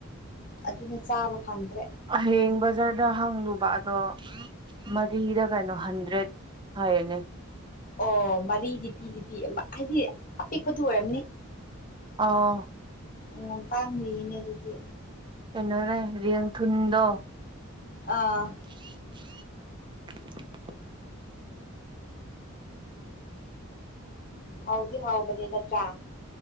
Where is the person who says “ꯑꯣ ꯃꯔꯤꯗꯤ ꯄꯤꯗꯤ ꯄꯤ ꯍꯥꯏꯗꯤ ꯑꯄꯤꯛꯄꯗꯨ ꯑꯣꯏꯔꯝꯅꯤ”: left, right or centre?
Left